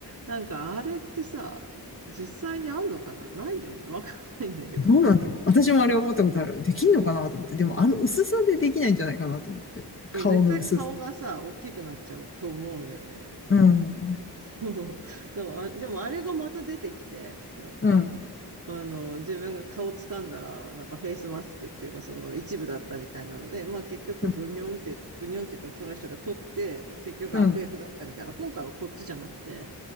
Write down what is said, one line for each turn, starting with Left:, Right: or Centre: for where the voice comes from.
Right: なんかあれってさ、実際にあんのかなないよね。わかんないんだけど。
Left: どうなんだろう。私もあれ思ったことある。できんのかなと思って。でもあの薄さでできないんじゃないかなと思って。
Right: でも絶対顔がさ、
Left: 顔の薄さ。
Right: 大きくなっちゃうと思うんだよね。
Left: うん。
Right: そう <laughs> でもあれ、でもあれがまた出てきて、なんか、
Left: うん。
Right: あの、自分が顔掴んだら、なんかフェイスマスクっていうか、その一部だったみたいなので、まあ結局ブニョンって、
Left: うん。
Right: ブニョンっていうか、その人が取って、結局悪役だったみたいな。
Left: うん
Right: 今回はこっちじゃなくて、